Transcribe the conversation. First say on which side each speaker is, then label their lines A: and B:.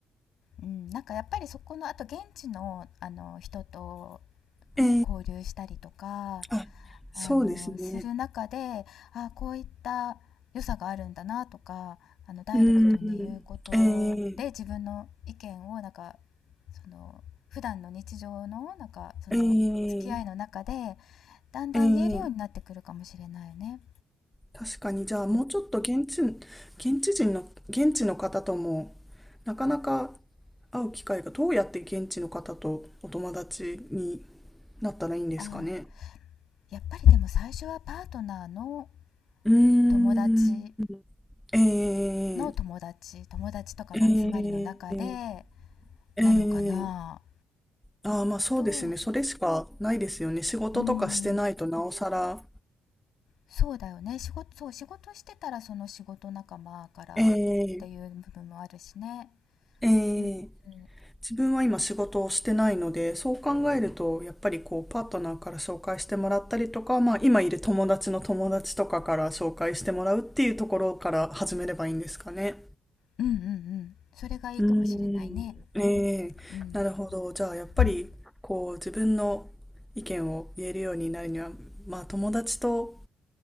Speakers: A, on the left; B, in the centre.
A: うん、なんかやっぱりそこのあと現地のあの人とも交流したりとか、
B: ええあ、
A: あの、
B: そうですね。
A: する中で、あこういった良さがあるんだなとか、あの、ダイレクトに言うことで、
B: うん。ええ
A: 自分の意見をなんか、その、普段の日常のなんか、その、
B: ええ
A: 付き合いの中で、だんだん言えるようになってくるかもしれないよね。
B: ええ確かに、じゃあもうちょっと現地、
A: うん、
B: 現地人の、現地の方とも、なかなか会う機会が、どうやって現地の方とお友達になったらいいんですかね。
A: あ、やっぱりでも最初はパートナーの
B: うーん。
A: 友達
B: え
A: の友達、
B: え
A: 友達とかの集まりの中で
B: ええええ
A: なのかな。
B: ああ、まあそうですね。
A: と、
B: それしかないですよね。仕事とかしてないとなおさら。
A: うん、そうだよね。仕事、そう、仕事してたらその仕事仲間からっていう部分もあるしね。
B: ええええ
A: うん、うん、
B: 自分は今仕事をしてないので、そう考えると、やっぱりこう、パートナーから紹介してもらったりとか、まあ今いる友達の友達とかから紹介してもらうっていうところから始めればいいんですかね。
A: うんうんうんそれがいいかもしれないね。
B: うーん。ええなるほど。
A: うん、
B: じゃあ、やっぱり、
A: うん、
B: こう、自分の意見を言えるようになるには、まあ、友達と